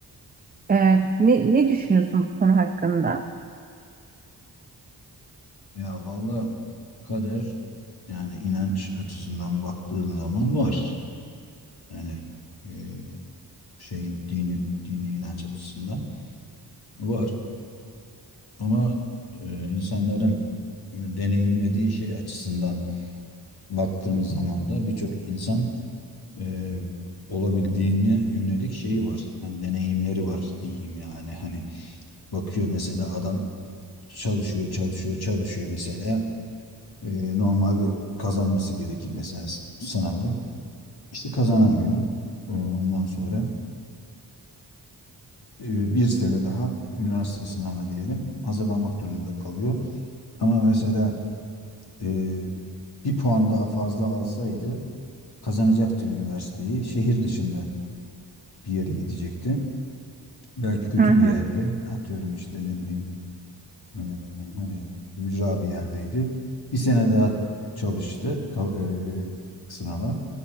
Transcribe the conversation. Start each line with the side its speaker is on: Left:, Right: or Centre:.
Right: Ee, ne, ne düşünüyorsun bu konu hakkında?
Left: Ya vallahi kader yani inanç açısından baktığın zaman var. Yani eee, şeyin dinin dini inanç açısından var. Ama eee, insanların deneyimlediği şey açısından baktığın zaman da birçok insan eee, olabildiğine yönelik şeyi var. Yani deneyimleri var diyeyim yani. Hani bakıyor mesela adam çalışıyor çalışıyor çalışıyor mesela. E, normalde kazanması gerekir mesela s- sınavı. İşte kazanamıyor. E, ondan sonra e, bir sene daha üniversite sınavına diyelim hazırlanmak durumunda kalıyor. Ama mesela e, bir puan daha fazla alsaydı kazanacaktı üniversiteyi. Şehir dışında bir yere gidecekti. Belki kötü
Right: Hı hı,
Left: bir yerde. Atıyorum işte ne bileyim Ee, hani ücra bir yerdeydi. Bir sene daha çalıştı kal- e, e, sınava.